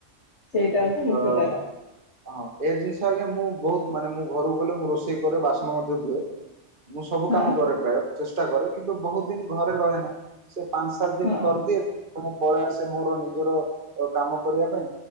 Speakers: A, on the left (about 70°); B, on the right (about 45°).
A: ସେଇଟା ହଉଛି ମୁଖ୍ୟ
B: ତ
A: କାରଣ
B: ହଁ ଏ ଜିନିଷ ଆଜ୍ଞା ମୁଁ ବହୁତ ମାନେ ମୁଁ ଘରକୁ ଗଲେ ମୁଁ ରୋଷେଇ କରେ ବାସନ ମଧ୍ୟ ଧୂଏ। ମୁଁ ସବୁ
A: ହଁ।
B: କାମ କରେ ପ୍ରାୟ, ଚେଷ୍ଟା କରେ, କିନ୍ତୁ ବହୁତ ଦିନ ଘରେ ରହେ ନା। ସେ ପାନ୍ସ୍ ସାତ୍ ଦିନ
A: ହଁ
B: କରିଦିଏ, ଫୁଣି ପଳେଇ ଆସେ। ସେ ମୋର ନିଜର, କାମ କରିବା ପାଇଁ